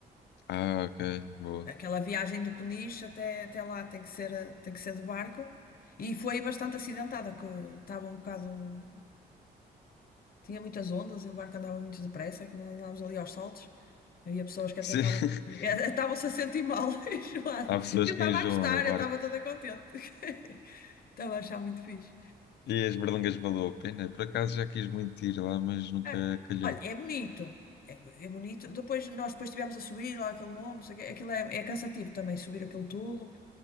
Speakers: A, on the left; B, on the left.
A: Ah, ok, boa.
B: Aquela viagem de Peniche até, até lá tem que ser, eh, tem que ser de barco. E foi bastante acidentada, que estava um bocado. Tinha muitas ondas e o barco andava muito depressa, aquilo andávamos ali aos saltos. Havia pessoas que até
A: Sim.
B: estavam
A: <laughs>
B: <laughs> estavam-se a sentir mal, <laughs> enjoadas.
A: Há pessoas
B: Eu
A: que
B: estava
A: enjoam
B: a gostar,
A: no barco.
B: eu estava toda contente. <laughs> Estava a achar muito fixe.
A: E as berlangas valeu a pena. Por acaso já quis muito ir lá, mas nunca
B: Ah,
A: calhou.
B: olha, é bonito. É, é bonito. Depois nós depois estivemos a subir lá aquele monte, não sei o quê. aquilo é, é cansativo também subir aquilo tudo.